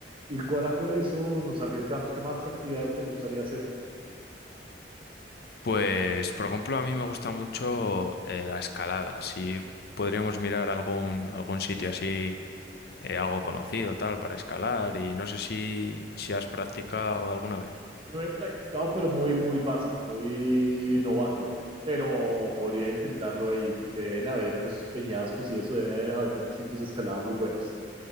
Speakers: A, on the right (about 30°); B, on the left (about 60°).
A: ir cuadrando eso, nos arriesgamos. ¿Qué más actividades te gustaría hacer?
B: Pues, por ejemplo, a mí me gusta mucho eh, la escalada. Si podríamos mirar algún, algún sitio así eh, algo conocido, tal, para escalar y no sé si, si has practicado alguna vez.
A: Yo he practicado, pero muy, muy básico, muy novato. Pero podría intentarlo ahí, porque deben haber en esos peñascos y eso, deben haber unos sitios de escalada muy buenos.